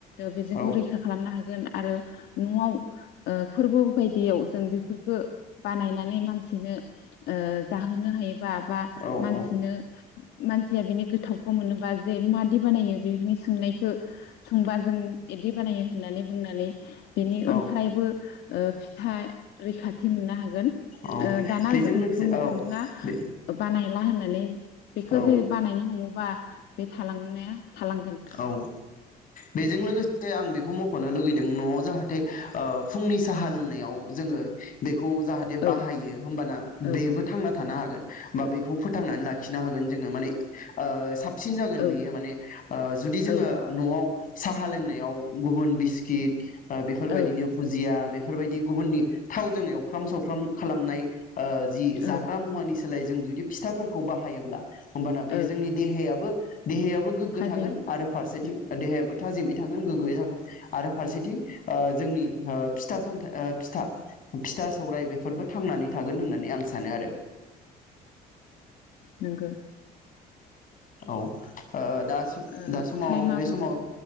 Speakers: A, on the left; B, on the left.
A: बेजोंबो
B: औ
A: रैखा खालामनो हागोन। आरो न'वाव ओ फोरबो बायदियाव जों बेफोरखो बानायनानै मानसिनो ओ जाहोनो हायोबा बा
B: औ
A: मानसिनो
B: औ
A: मानसिया बेनि गोथावखौ मोनोबा जे मादि बानायो बेफोरनि सोंनायखौ सोंबा जों इदि बानायो होननानै बुंनानै बेनि
B: औ
A: ओनफ्रायबो ओ फिथा रैखाथि मोननो हागोन।
B: औ
A: ओ दाना
B: बेजों
A: जों
B: लोगोसे
A: बुंनो
B: औ
A: सानदों ना
B: बे
A: बानाय ला होननानै बेखौ
B: औ
A: जे बानायनो हमोबा बे थालांनाया थालांगोन
B: औ बेजों लोगोसे आं बेखौ मख'नो लुगै जों न'वाव जाहाथे ओ फुंनि साहा लोंनायाव जोङो बेखौ जाहाथे
A: औ
B: बाहायो होमबाना
A: औ
B: बेबो थांना थानो हागोन। बा बेखौ फो थांनानै लाखिनो हागोन जोङो माने ओ सा साबसिन जागोन
A: औ
B: बेयो माने ओ जुदि जोङो
A: औ
B: न'वाव साहा लोंनायाव गुबुन बिस्किट ओ बेफोरबायदिनो
A: औ
B: भुजिया बेफोरबायदि गुबुननि थावजों एवफ्राम सावफ्राम खालामनाय ओ जि जाग्रा
A: औ
B: मुवानि सोलाय जों जुदि फिथाफोरखौ बाहायोब्ला होमबाना बे
A: औ
B: जोंनि देहायाबो देहायाबो गो
A: थाजिम
B: थागोन आरो फारसेथिं
A: ओ
B: देहायाबो थाजिमै थागोन गोग्गयै आरो फारसेथिं ओ जोंनि ओ फिथा सामथा ओ फिथा फिथा सौराय बेफोरबो थांनानै थागोन होननानै आं सानो आरो
A: नोंगो।
B: औ ओ दा सिम
A: ओ
B: दा समाव
A: टाइमाबो
B: बे समाव